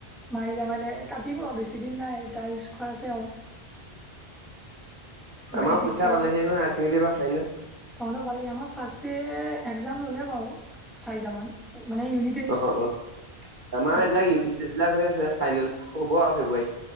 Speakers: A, in the centre; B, on the right.
A: মাৰিলে মাৰিলে কাটিব আৰু বেছিদিন নাই টাইলছ খোৱা আছে আৰু। বাকী
B: আমাৰো
A: পিছফালে
B: পৰীক্ষা পালেহে নহয় হায়াৰ ছেকেণ্ডেৰী বা ফাইনেল।
A: তহঁতৰ ভালে আমাৰ ফাৰ্ষ্ট ডে একজাম ললে বাৰু চাৰিটামান মানে ইউনি টেষ্ট।
B: অ অ আমাৰ এইবিলাক ইউনিট টেষ্ট বিলাক হৈ আছে ফাইনেল হ'ব আৰু ফেব্ৰুৱাৰীত?